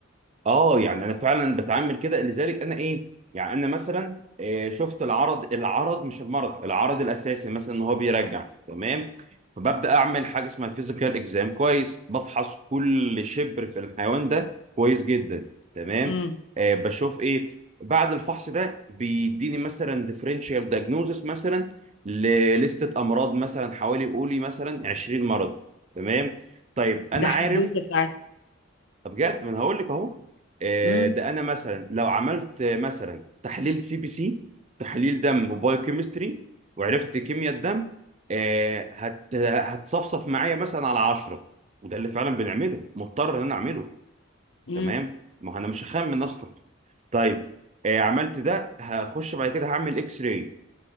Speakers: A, on the right; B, on the left.
A: اه يعني انا فعلا بتعامل كده لذلك انا ايه يعني انا مثلا آه، شفت العرض العرض مش المرض العرض الاساسي مثلا ان هو بيرجع تمام فببدا اعمل حاجه اسمها فيزيكال اكزام كويس بفحص كل شبر في الحيوان ده كويس جدا تمام
B: امم
A: آه بشوف ايه بعد الفحص ده بيديني مثلا ديفرنشال دايجنوزس مثلا لليستة امراض مثلا حوالي قولي مثلا 20 مرض تمام طيب انا
B: ده حدوته
A: عارف
B: فعلا
A: طب بجد ما انا هقول لك اهو آه،
B: امم
A: ده انا مثلا لو عملت آه، مثلا تحليل سي بي سي تحليل دم وبايو كيمستري وعرفت كيمياء الدم آه، هت هتصفصف معايا مثلا على 10 وده اللي فعلا بنعمله مضطر ان انا اعمله
B: امم
A: تمام ما هو انا مش هخمن اصلا طيب آه، عملت ده هخش بعد كده هعمل اكس راي